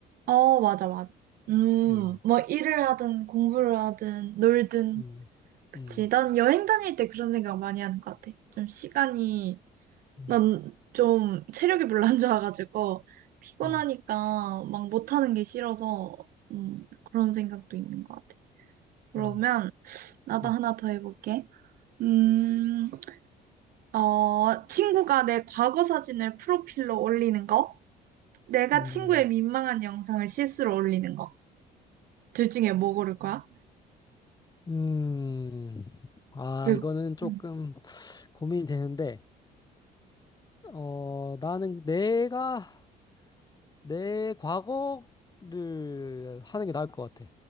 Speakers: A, on the right (about 60°); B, on the left (about 25°).
A: 어, 맞아, 맞아. 음,
B: 음,
A: 뭐 일을 하든 공부를 하든 놀든.
B: 음,
A: 그치.
B: 음,
A: 난 여행 다닐 때 그런 생각 많이 하는 것 같아. 좀 시간이,
B: 음,
A: 난 좀 체력이 별로 안 좋아가지고 피곤하니까
B: 음,
A: 막 못하는 게 싫어서 음, 그런 생각도 있는 것 같아. 그러면
B: 음,
A: 나도
B: 음, 음.
A: 하나 더 해볼게. 음, 어, 친구가 내 과거 사진을 프로필로 올리는 거, 내가
B: 음.
A: 친구의 민망한 영상을 실수로 올리는 거. 둘 중에 뭐 고를 거야?
B: 음, 아,
A: 네.
B: 이거는 조금
A: 음.
B: 고민이 되는데, 어, 나는 내가 내 과거를 하는 게 나을 것 같아.